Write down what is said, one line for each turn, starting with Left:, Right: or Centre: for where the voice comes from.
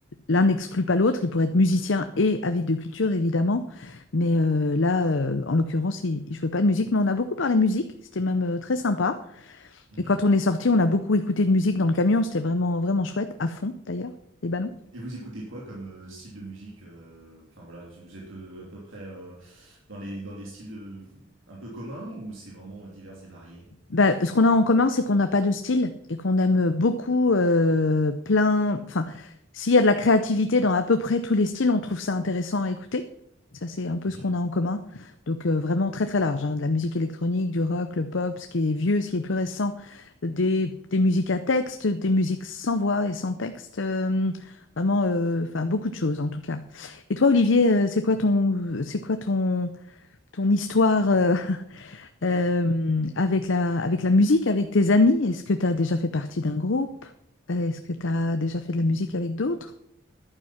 Left: l'un n'exclut pas l'autre. Ils pourraient être musiciens et avides de culture, évidemment. Mais euh, là, euh, en l'occurrence, ils ne jouaient pas de musique. Mais on a beaucoup parlé musique. C'était même euh, très sympa.
Right: Mhm.
Left: Et quand on est sorti, on a beaucoup écouté de musique dans le camion. C'était vraiment, vraiment chouette, à fond d'ailleurs, les ballons.
Right: Et vous écoutez quoi comme euh, style de musique? euh, Enfin voilà, vous êtes euh, à peu près euh, dans les dans des styles de un peu communs ou c'est vraiment euh, divers et varié?
Left: Bah, ce qu'on a en commun, c'est qu'on n'a pas de style et qu'on aime beaucoup euh, plein. Enfin, s'il y a de la créativité dans à peu près tous les styles, on trouve ça intéressant à écouter. Ça, c'est un peu
Right: Mhm.
Left: ce qu'on a en commun. Donc, euh, vraiment très, très large, hein, De la musique électronique, du rock, le pop, ce qui est vieux, ce qui est plus récent, des, des musiques à texte, des musiques sans voix et sans texte. euh, vraiment, euh, enfin, beaucoup de choses, en tout cas. Et toi, Olivier, euh, c'est quoi ton, c'est quoi ton, ton histoire, euh, euh, avec la, avec la musique, avec tes amis. Est-ce que tu as déjà fait partie d'un groupe? Euh, Est-ce que tu as déjà fait de la musique avec d'autres?